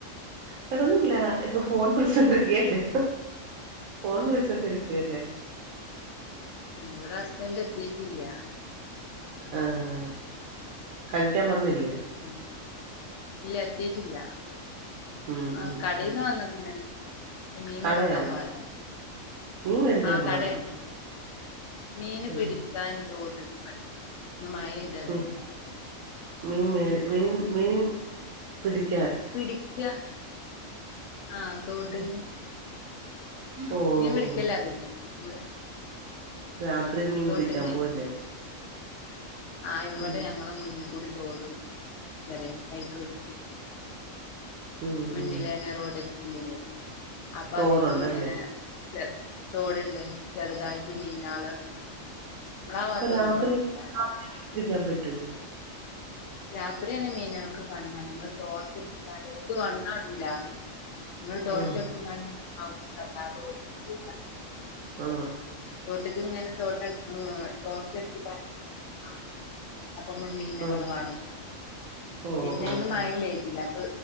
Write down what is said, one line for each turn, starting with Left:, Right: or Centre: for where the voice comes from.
Right: കെടന്നില്ല ഇപ്പൊ ഫോൺ കളിച്ചോണ്ടിരിക്കയല്ലേ ഫോൺ വിളിച്ചൊണ്ടിരിക്കയല്ലേ
Left: ഉം ഇവിടെ ഹസ്ബൻ്റ് എത്തീട്ടില്ല.
Right: ആഹ് കഴിക്കാൻ വന്നില്ലേ?
Left: ഉം ഇല്ല എത്തീട്ടില്ല.
Right: ഉം
Left: ആഹ്
Right: ഉം
Left: കടേന്ന്
Right: ഉം
Left: വന്ന്ക്ക്ന്ന്. ഇപ്പം മീൻ
Right: കടയാണോ
Left: പിടിക്കാൻ പോയതാണ്
Right: മീൻ മേടിക്കാൻ
Left: ആ
Right: പോയാണോ
Left: കടയാണ്. മീന്
Right: ഉം
Left: പിടിക്കാൻ തോട് ഇന്ന് മഴെയ്തതല്ലേ
Right: ഉം മീൻ വേ മീൻ മീൻ പിടിക്കാൻ
Left: പിടിക്ക ആഹ് തോട്ട്ന്ന്.
Right: ഓഹ് ഓഹ്
Left: മീൻ പിടിക്കല് അറിയില്ലേ <unintelligible>
Right: രാത്രി മീൻ
Left: തോട്ടിന്നേ
Right: പിടിക്കാൻ പോവല്ലേ
Left: ആ ഇവിടെ
Right: ഉം
Left: ഞങ്ങളെ മുന്നു കൂടി തോടൊഴുകും ചെറിയ കൈത്തോട്.
Right: ഉം
Left: മുന്നിലെന്നെ
Right: ഉം
Left: റോഡിന്റെ മുന്നിലെ. അപ്പോ
Right: തോടുണ്ടല്ലേ
Left: അതി കൂടി ഇങ്ങനെ <unintelligible> തോട്ണ്ട് ചെറുതായിട്ട് മീനാള് നിങ്ങളാ ഭാഗത്തൊന്നും
Right: അപ്പോ രാത്രി
Left: ഉണ്ടാവൂലല്ലേ
Right: രാത്രി മീൻ പിടിക്കാൻ പറ്റോ?
Left: രാത്രിയാണ് മീന്കൾക്ക് കണ്ണാണ നമ്മള് ടോർച്ച് എട്ത്തുക്കാണ്ട് ഓര്ക്ക് കണ്ണാണൂല നമ്മള് ടോർച്ചെടുത്തി
Right: ആഹ്
Left: <unintelligible>
Right: ആ
Left: തോട്ട്ക്ക്ങ്ങനെ തോട്ട ടോർച്ചടിച്ചു കാണിച്ചു ആ അപ്പൊ ഇമ്മള് മീനിനെ <unintelligible>
Right: ആഹ്
Left: കാണും
Right: ഓഹ്
Left: പിന്നെ
Right: ഓഹ്
Left: ഇന്നു മയയും
Right: ഓഹ്
Left: പെയ്തില്ല അപ്പൊ